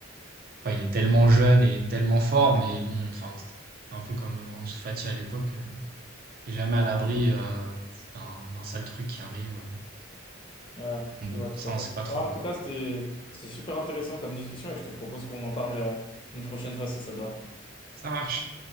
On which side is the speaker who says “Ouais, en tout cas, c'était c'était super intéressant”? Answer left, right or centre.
Left